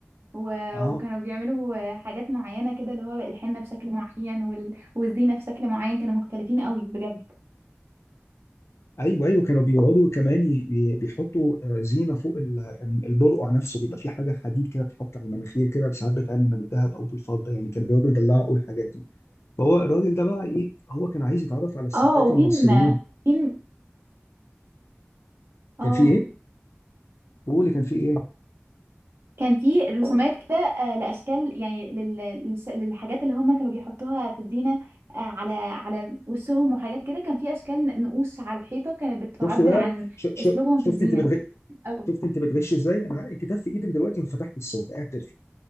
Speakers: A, on the right; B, on the left.
A: و...
B: اه
A: وكانوا بيعملوا حاجات معينة كده اللي هو الحنة بشكل معين وال... والزينة بشكل معين كانوا مختلفين قوي بجد
B: ايوه ايوه كانوا بيقعدوا كمان ي- ي- بيحطوا آه، زينه فوق ال- ال- البرقع نفسه بيبقى في حاجه حديد كده بتتحط على المناخير كده ساعات بتعمل من الذهب او بالفضه يعني كانوا بيقعدوا يدلعوا قوي الحاجات دي فهو الراجل ده بقى ايه هو كان عايز يتعرف على الستات
A: اه وفين
B: المصريين
A: فين اه
B: كان في ايه؟ قولي كان في ايه؟
A: كان في اه رسومات كده آه، لاشكال يعني لل- للش- للحاجات اللي هم كانوا بيحطوها في الزينه آه، على على وشهم وحاجات كده كان في اشكال نقوش على الحيطه كانت بتعبر
B: شفت بقى
A: عن
B: ش... ش...
A: اسلوبهم
B: شفت
A: في الزينه
B: انت بتغ...
A: أو
B: شفت انت بتغش ازاي؟ انا الكتاب في ايدك دلوقتي وفتحت الصور قاعد تلفي